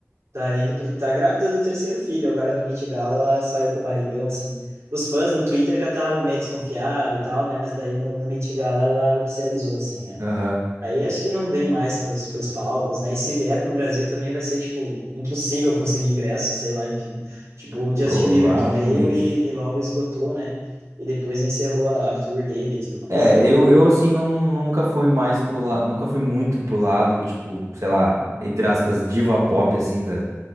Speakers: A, on the right; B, on the right.
A: tá indo pro, tá grávida do terceiro filho, agora no Met Gala ela saiu com o barrigão, assim. Os fãs no Twitter já estavam meio desconfiados e tal, né? Mas daí no, no Met Gala ela oficializou, assim, né?
B: Aham.
A: Aí acho que não vem mais pros, pros palcos, né? E se vier pro Brasil também vai ser, tipo, impossível conseguir ingresso, sei lá, enfim. Tipo, o Justin
B: Provavelmente.
A: Bieber que veio e, e logo esgotou, né? E depois encerrou a, a tour dele e tudo mais.
B: É, eu, eu assim não nunca fui mais pro lado, nunca fui muito pro lado, tipo, sei lá, entre aspas, diva pop assim da,